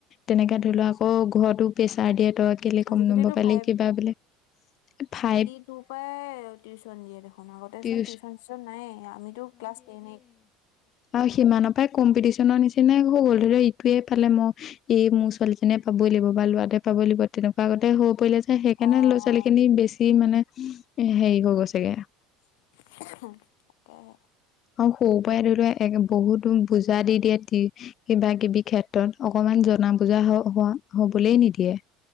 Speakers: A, on the left; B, on the left.
A: তেনেকে
B: উম
A: ধৰি লোৱা আকৌ' ঘৰতো প্ৰেছাৰ দিয়ে তই কেলে
B: আজিকালিতো
A: কম নম্বৰ পালি
B: ফাইভ
A: কিবা বোলে, এ' ফাইপ
B: তো পায়ে টিউচন দিয়ে দেখোন, আগতে
A: টিউচ
B: চোন টিউচন চিউচন নায়েই। আমিতো ক্লাছ টেন এই
A: আও সিমানপাই কম্পিটিচনৰ নিচিনাই হৈ গ'ল। ধৰি ল' ইটোয়ে পালে মই এই মোৰ ছোৱালী নে পাবই লাগিব বা ল'ৰাটোৱে পাবই লাগিব, তেনেকুৱা আগতে হৈ পৰিলে যে সেই সেইকাৰণে
B: অ',
A: ল'ৰা-ছোৱালী খিনি বেছি মানে সেই হৈ গৈছে গে
B: তাকেহে।
A: আও সৰু পৰাই ধৰি লোৱা একে বহুত বুজা দি দিয়ে টি- কিবা কিবি ক্ষেত্ৰত, অকমান জনা বুজা হ হোৱা হ'বলেই নিদিয়ে।